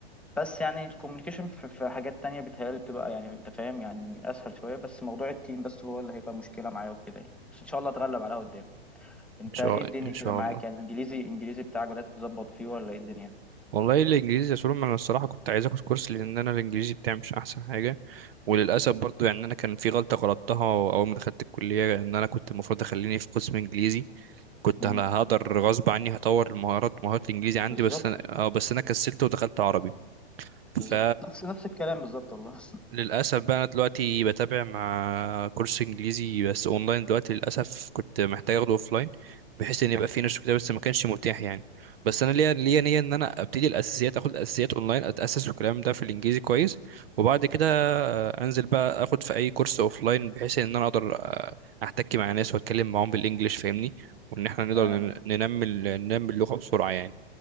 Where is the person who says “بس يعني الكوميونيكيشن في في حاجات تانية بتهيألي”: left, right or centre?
Centre